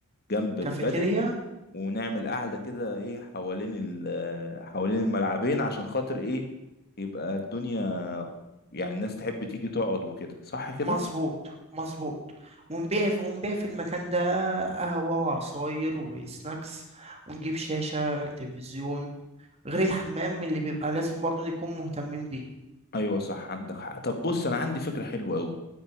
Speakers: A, on the left (about 45°); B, on the right (about 30°).
A: جنب البدل
B: كافيتيريا
A: ونعمل قاعدة كده ايه حوالين ال حوالين الملعبين عشان خاطر ايه يبقى الدنيا يعني الناس تحب تيجي تقعد وكده صح كده
B: مظبوط مظبوط ونبيع في ونبيع في المكان ده قهوة وعصاير وسناكس ونجيب شاشة تلفزيون غير الحمام اللي بيبقى لازم برضه نكون مهتمين بيه
A: ايوه صح عندك حق طب بص انا عندي فكرة حلوة قوي